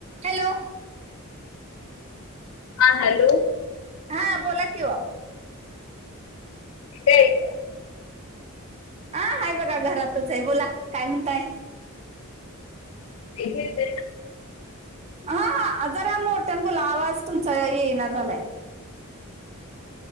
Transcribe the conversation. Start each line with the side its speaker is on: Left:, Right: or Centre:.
Right: Hello.
Left: हा hello.
Right: हां बोला कि वो.
Left: कुठे आहे?
Right: आ हाय बघा घरातच आहे बोला काय म्हणताय?
Left: ते हे <unintelligible>
Right: हां हा जरा मोठ्यानं बोला आवाज तुमचा येईना झालाय.